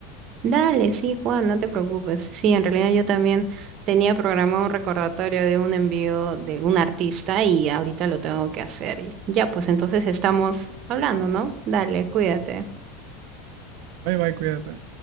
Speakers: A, on the right; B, on the right.
A: Dale, sí, Juan, no te preocupes. Sí, en realidad yo también tenía programado un recordatorio de un envío de un artista y ahorita lo tengo que hacer. Y Ya, pues entonces estamos hablando, ¿no? Dale, cuídate.
B: Bye, bye, cuídate.